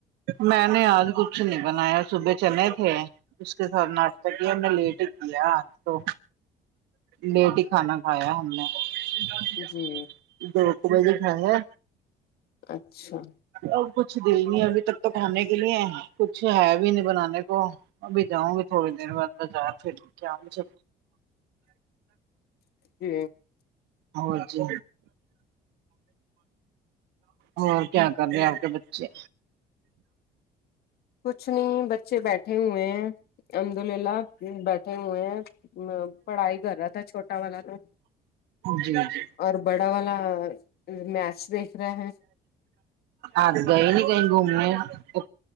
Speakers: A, on the right; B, on the left.
A: میں نے آج کچھ نہیں بنایا صبح چنے تھے اس کے ساتھ ناستہ بھی ہم نے لیٹ کیا تو لیٹ ہی کھانا کھایا ہم نے <unintelligible>
B: جی
A: دیڑھ بجے کھایا
B: اچھا
A: اور کچھ دل نہیں ابھی تک تو کھانے کے لیے کچھ ہے بھی نہیں بنانے کو ابھی جاؤں گی تھوڑی دیر بد بازار پھر کیا مجھے
B: جی
A: اور جی اور کیا کر رہے ہیں آپ کے بچے
B: کچھ نہیں بچے بیٹھے ہوئے ہیں الحمد للہ بیٹھے ہوئے ہیں ام پڑھائی کر رہا تھا چھوٹا والا تو
A: جی جی
B: اور بڑا والا میچ دیکھ رہا ہے
A: آج گئے نہیں کہیں گھومنے ہو